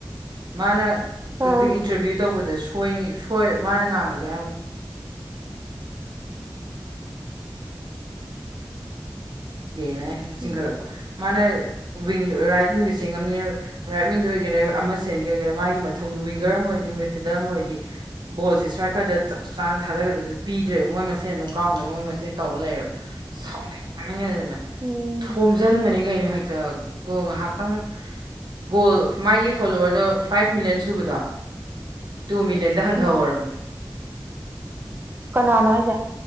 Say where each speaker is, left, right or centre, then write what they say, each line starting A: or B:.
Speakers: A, on the right (about 60°); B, on the right (about 30°).
A: ꯃꯥꯅ
B: ꯑꯥ
A: ꯈꯣꯏ ꯏꯟꯇꯔꯚꯤꯌꯨ ꯇꯧꯕꯗꯁꯨ ꯁꯣꯏ ꯃꯥꯅ ꯉꯥꯡꯕ ꯤꯡꯣ꯭ꯔꯦ ꯍ ꯆꯁꯤꯡꯤꯡꯈꯂꯀ
B: ꯎꯝ
A: ꯃ ꯋꯤꯡ ꯔꯥꯏꯠ ꯋꯤꯡꯗ ꯆꯦꯟꯉꯝꯅꯤ ꯔꯥꯏꯠ ꯋꯤꯡꯗ ꯑꯣꯏꯒꯦꯔꯥ ꯑꯃ ꯆꯦꯟꯒꯦ ꯑꯣꯏꯒꯦꯔꯥ ꯃꯥꯒꯤ ꯃꯊꯧꯗꯨꯣ ꯋꯤꯡꯒꯔ ꯑꯃ ꯑꯣꯏꯔꯗꯤ ꯐꯤꯗꯝ ꯑꯣꯏꯗꯤ ꯕꯣꯜꯁꯤ ꯁ꯭ꯇ꯭ꯔꯥꯏ ꯗ ꯆꯞ ꯆꯥꯅ ꯊꯥꯒꯗ꯭ꯔꯗꯤ ꯄꯤꯗ꯭ꯔꯦꯕ ꯃꯣꯏ ꯃꯁꯦꯟ ꯑꯗꯨꯝ ꯀꯥꯎꯅꯕ ꯃꯣꯏ ꯃꯁꯦꯟ ꯇꯧꯔ ꯂꯩꯔꯌꯦꯕ ꯁꯥꯎꯅꯤꯡꯅꯤꯡ
B: ꯎꯝ
A: ꯊꯣꯝꯖꯥꯟꯥꯏꯅ ꯍꯦꯛꯇ ꯒꯣꯜ ꯉꯥꯏꯍꯥꯛꯇꯪ ꯒꯣꯜ ꯃꯥꯒꯤ ꯐꯣꯂꯣꯋꯔꯗꯣ ꯐꯥꯏꯚ ꯃꯤꯂꯤꯌꯟ ꯁꯨꯕꯗꯣ ꯇꯨ ꯃꯤꯂꯤꯌꯟꯗ ꯍꯟꯊꯍꯧꯔꯕꯅꯦ
B: ꯎꯝ ꯀꯅꯥꯅꯣ ꯍꯥꯏꯁꯦ